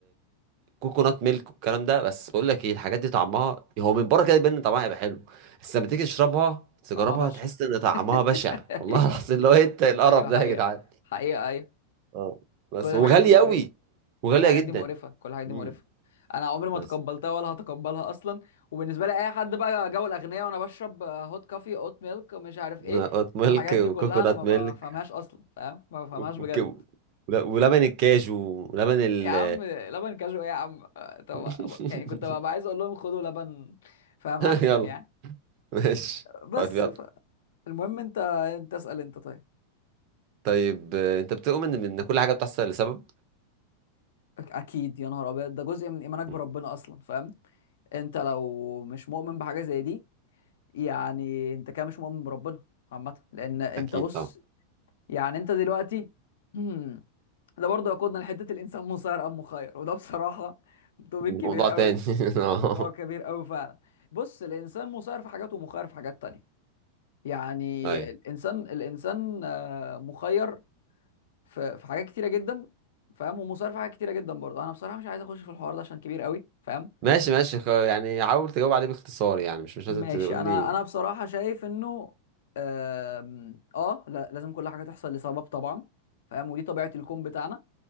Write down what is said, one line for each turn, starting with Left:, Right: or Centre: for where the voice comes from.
Right: كوكونات ميلك والكلام ده بس بقول لك ايه الحاجات دي طعمها هو من بره كده يبان ان طعمها هيبقى حلو بس لما تيجي تشربها تجربها
Left: طعمها بشع
Right: تحس ان طعمها بشع
Left: <laughs>
Right: والله
Left: ايوه
Right: <laughs> العظيم لو إيه انت القرف
Left: ايوه
Right: ده
Left: حقيقة
Right: يا جدعان
Left: حقيقة ايوه
Right: اه بس
Left: كل الحاجات
Right: وغاليه
Left: دي مقرفة
Right: قوي وغاليه
Left: كل الحاجات
Right: جدا
Left: دي مقرفه كل الحاجات
Right: امم
Left: دي مقرفه انا عمري ما
Right: بس
Left: تقبلتها ولا هتقبلها اصلا وبالنسبه لي اي حد بقى جو الاغنياء وانا بشرب هوت كافي اوت ميلك مش عارف ايه
Right: نقط ميلك
Left: الحاجات
Right: وكوكونات
Left: دي كلها انا ما
Right: ميلك
Left: بفهمهاش اصلا فاهم ما بفهمهاش
Right: وك-
Left: بجد
Right: وك- ول- ولبن الكاجو ولبن ال
Left: يا عم لبن كاجو ايه يا عم آه، طب
Right: <laughs>
Left: يعني كنت ببقى عايز اقول لهم خدوا لبن فاهم احسن
Right: يلا
Left: يعني
Right: ماشي
Left: بس
Right: طيب يلا
Left: ف... المهم انت انت اسال انت طيب
Right: طيب آه، انت بتؤمن ان إن كل حاجه بتحصل لسبب
Left: أك- اكيد يا نهار ابيض ده جزء من ايمانك بربنا
Right: مم.
Left: اصلا فاهم انت لو مش مؤمن بحاجه زي دي يعني انت كده مش مؤمن بربنا عامة لان انت
Right: اكيد
Left: بص
Right: طبعا
Left: يعني انت دلوقتي <clears throat> ده برضه يقودنا لحتة الانسان مسير ام مخير وده بصراحة توبيك
Right: موضوع
Left: كبير قوي
Right: تاني <laughs> آه.
Left: موضوع كبير قوي فعلا بص الانسان مسير في حاجات ومخير في حاجات تانية يعني
Right: ايوه
Left: الانسان الانسان آه، مخير في في حاجات كتيرة جدا فاهم ومسير في حاجات كتيرة جدا برضه انا بصراحة مش عايز اخش في الحوار ده عشان كبير قوي فاهم
Right: ماشي ماشي خ- يعني حاول تجاوب عليه باختصار يعني مش مش
Left: ماشي
Right: لازم تقول
Left: انا
Right: لي
Left: انا بصراحه شايف انه آم، اه لا لازم كل حاجه تحصل لسبب طبعا فاهم ودي طبيعه الكون بتاعنا